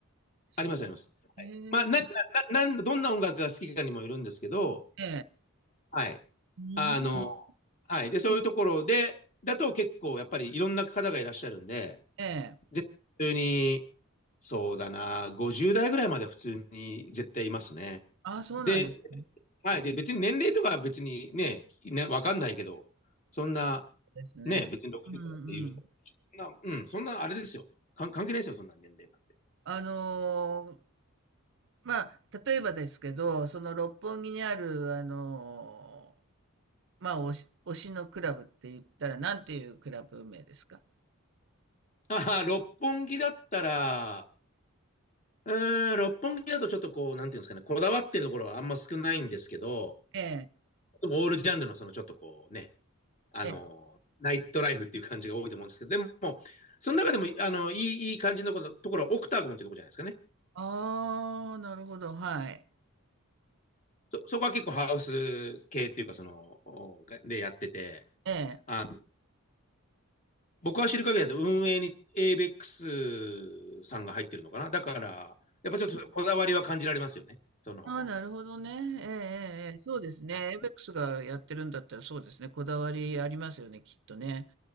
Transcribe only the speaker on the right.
そう。
へえ、
ええ。
うん。
ええ。
ああ、そうなんですね。
ですね。
うんうん。
あのーまあ、例えばですけど、その六本木にある、あのーまあ、推し、推しのクラブって言ったら、なんていうクラブ名ですか
ええ、
ええ。
ああ、なるほど、はい。
ええ。
ああ、なるほどね。ええ、ええ、ええそうですね。
エイベックスがやってるんだったらそうですね。こだわりありますよね、きっとね。